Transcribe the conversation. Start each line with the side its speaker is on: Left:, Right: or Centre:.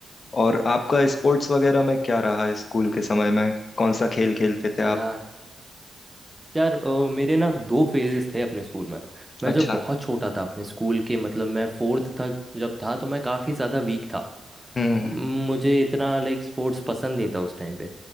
Left: और आपका स्पोर्ट्स वगैरह में क्या रहा है स्कूल के समय में कौन सा खेल खेलते थे आप
Right: यार यार अ, मेरे ना दो फेजेस थे अपने स्कूल में मैं
Left: अच्छा
Right: जब बहुत छोटा था अपने स्कूल के मतलब मैं फोर्थ तक जब था तो मैं काफ़ी ज़्यादा वीक था
Left: हम्म हम्म,
Right: म, मुझे इतना लाइक स्पोर्ट्स पसंद नहीं था उस टाइम पे